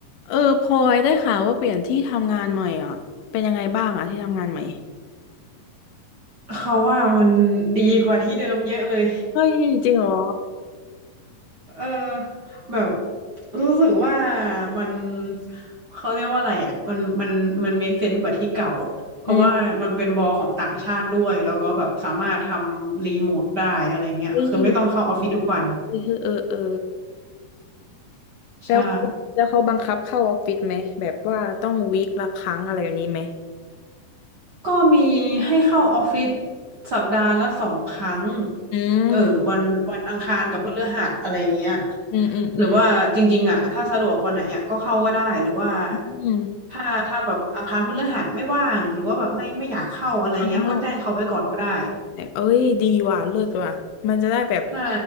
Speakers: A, on the left; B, on the right.
A: เออพลอยได้ข่าวว่าเปลี่ยนที่ทำงานใหม่อ่ะเป็นยังไงบ้างอ่ะที่ทำงานใหม่
B: เขาว่ามันดีกว่าที่เดิมเยอะเลย
A: เฮ้ยจริงเหรอ
B: เออแบบรู้สึกว่ามันเขาเรียกว่าอะไรอ่ะมันมันมันเมคเซนส์กว่าที่เก่าอะเพราะว่ามันเป็นบอลของต่างชาติด้วยแล้วก็แบบสามารถทำรีโมทได้อะไรเงี้ยคือไม่ต้องเข้าออฟฟิศทุกวัน
A: อืมเฮ้ยเออเออเออแล้วเขาแล้วเขาบังคับเข้าออฟฟิศไหมแบบว่าต้องวีคละครั้งอะไรอย่างนี้ไหม
B: ใช่ ก็มีให้เข้าออฟฟิศสัปดาห์ละสองครั้ง
A: อืม
B: เออวันวันอังคารกับพฤหัสอะไรเงี้ย
A: อืมอืมอืม
B: หรือว่าจริงๆอ่ะถ้าสะดวกวันไหนอ่ะก็เข้าก็ได้หรือว่า
A: อืม
B: ถ้าถ้าแบบอังคารพฤหัสไม่ว่างหรือว่าแบบไม่ไม่อยากเข้าอะไรเงี้ยก็แจ้งเขาไว้ก่อนก็ได้
A: อ้าว แบบเอ้ยดีว่ะเลิศว่ะมันจะได้แบบ
B: ใช่